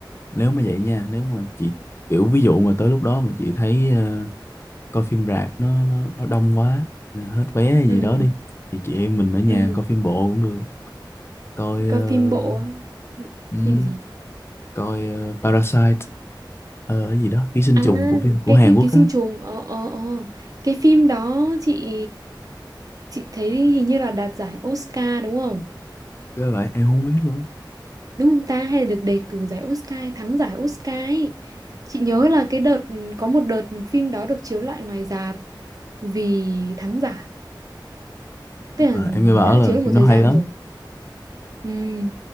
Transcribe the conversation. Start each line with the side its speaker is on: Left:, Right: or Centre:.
Left: nếu mà vậy nha nếu mà chị kiểu ví dụ mà tới lúc đó mà chị thấy ờ, coi phim rạp nó nó nó đông quá hay là hết vé
Right: <laughs>
Left: hay gì
Right: ừ
Left: đó đi thì chị em mình ở nhà
Right: ừ
Left: coi phim bộ cũng được coi
Right: có
Left: ờ,
Right: phim bộ á.
Left: ừm,
Right: phim gì
Left: coi ờ, Parasite ờ, cái gì đó ký sinh
Right: à
Left: trùng của phim của
Right: cái
Left: Hàn
Right: cái
Left: Quốc
Right: ký sinh
Left: á
Right: trùng ờ ờ ờ cái phim đó chị Chị thấy hình như là đạt giải Oscar đúng không?
Left: Cái vậy em không biết nữa
Right: Đúng không ta? Hay là được đề cử giải Oscar, hay thắng giải Oscar ấy. Chị nhớ là cái đợt có một đợt phim đó được chiếu lại ngoài rạp vì thắng giải.
Left: nhưng
Right: Tức là
Left: mà
Right: người
Left: em nghe bảo
Right: ta đã
Left: là
Right: chiếu được
Left: phim
Right: một
Left: nó
Right: thời
Left: hay
Right: gian
Left: lắm
Right: rồi. Ừm,